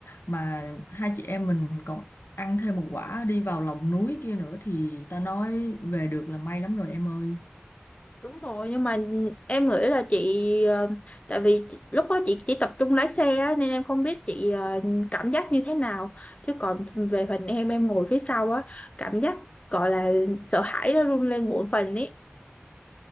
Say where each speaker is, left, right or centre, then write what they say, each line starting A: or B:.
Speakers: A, on the left; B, on the left.
A: Mà hai chị em mình còn ăn thêm một quả đi vào lòng núi kia nữa thì ta nói về được là may lắm rồi em ơi.
B: Đúng rồi, nhưng mà em nghĩ là chị ờ, tại vì chị- lúc đó chị chỉ tập trung lái xe á, nên em không biết chị ờ, cảm giác như thế nào. Chứ còn về phần em em ngồi phía sau á, cảm giác gọi là sợ hãi nó run lên bộn phần ấy.